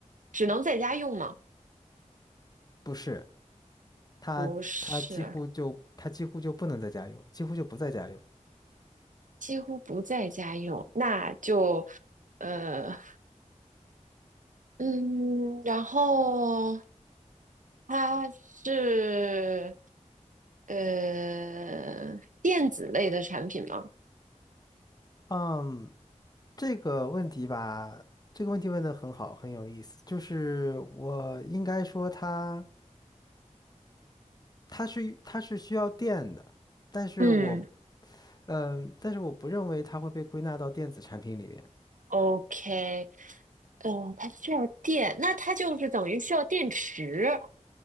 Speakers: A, on the right; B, on the left.
A: 只能在家用吗？
B: 不是，它它几乎就它几乎就不能在家用，
A: 不是，
B: 几乎就不在家用。
A: 几乎不在家用，那就，呃。嗯，然后它是呃电子类的产品吗
B: 嗯，这个问题吧，这个问题问得很好，很有意思。就是我应该说它它是它是需要电的，但是我
A: 嗯，
B: 嗯，但是我不认为它会被归纳到电子产品里面。
A: ？OK，嗯，它需要电，那它就是等于需要电池，